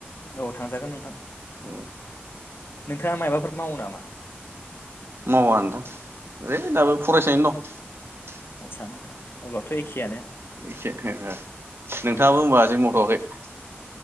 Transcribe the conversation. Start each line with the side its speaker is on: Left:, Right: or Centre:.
Left: औ थांजागोन नोंथां।
Right: औ।
Left: दा माबाफोर मावो नामा?
Right: मावा नोथां ओइ दाबो फरायसायानो दं।
Left: आदसा नोंथां अब्लाथ' एखेयानो।
Right: एखे नोंथाङाबो
Left: औ
Right: होनोमबा जेबो मथ'वाखै? <inaudible>